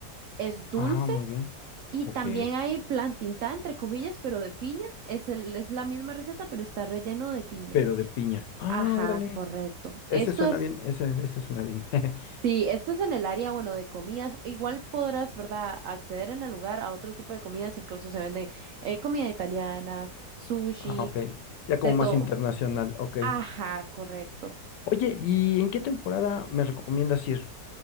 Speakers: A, on the right; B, on the left.
A: es dulce.
B: ah, muy bien.
A: Y
B: Ok.
A: también hay plantintá, entre comillas, pero de piña. Es, el, es la misma receta, pero está relleno de piña.
B: Pero de piña. Ah,
A: Ajá,
B: órale.
A: correcto.
B: Ese
A: Esto
B: suena
A: es,
B: bien, ese, ese suena bien. <laughs>
A: sí, esto es en el área, bueno, de comidas. Igual podrás, ¿verdad?, acceder en el lugar a otro tipo de comidas. Incluso se venden eh, comida italiana, sushi,
B: Ah, ok. Ya
A: de
B: como más
A: todo.
B: internacional, ok.
A: Ajá, correcto.
B: Oye, ¿y en qué temporada me recomiendas ir?